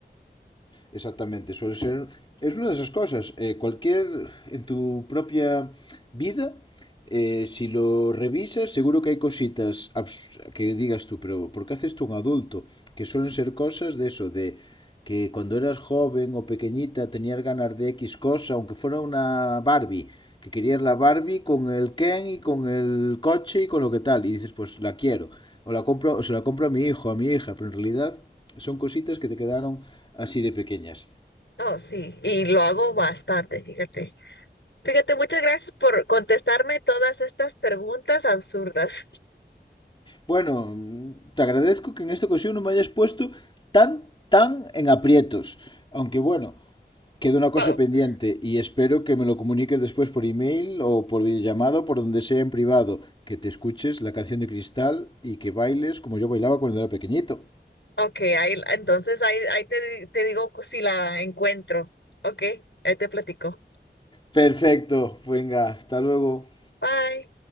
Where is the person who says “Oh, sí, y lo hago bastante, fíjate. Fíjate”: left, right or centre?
Left